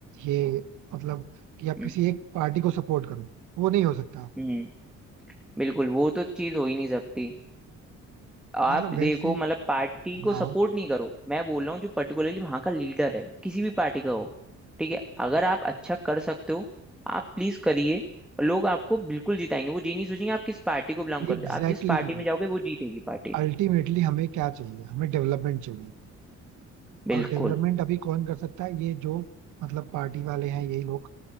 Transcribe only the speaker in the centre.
हम्म
हम्म बिल्कुल वो तो चीज हो ही नहीं सकती आप
देखो मतलब पार्टी को
सपोर्ट नहीं करो मैं बोल रहा हूँ जो पर्टिकुलरली वहां का लीडर है किसी भी पार्टी का हो ठीक है अगर आप अच्छा कर सकते हो आप प्लीज करिए लोग आपको बिल्कुल जिताएंगे वो ये नहीं सोचेंगे आप किस पार्टी को बिलोंग करते
हो आप जिस पार्टी
में जाओगे वो जीतेगी पार्टी
बिल्कुल